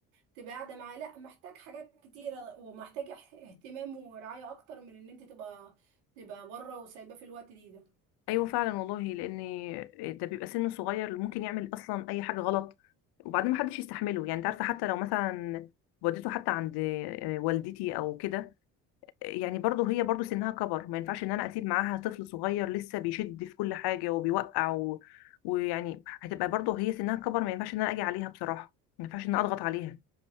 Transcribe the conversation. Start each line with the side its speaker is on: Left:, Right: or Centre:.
Right: تبقى قاعدة معاه لا محتاج حاجات كتيرة ومحتاج اح- اهتمام ورعاية اكتر من ان انت تبقى تبقى بره وسايباه في الوقت دي ده
Left: ايوه فعلا والله لان ده بيبقى سن صغير اللي ممكن يعمل اصلا اي حاجه غلط وبعدين محدش يستحمله يعني انت عارفه حتى لو مثلا وديته حتى عند والدتي او كده يعني برضه هي برضه سنها كبر ما ينفعش ان انا اسيب معاها طفل صغير لسه بيشد في كل حاجه وبيوقع و... ويعني هتبقى برضه هي سنها كبر ما ينفعش ان انا اجي عليها بصراحه ما ينفعش ان انا اضغط عليها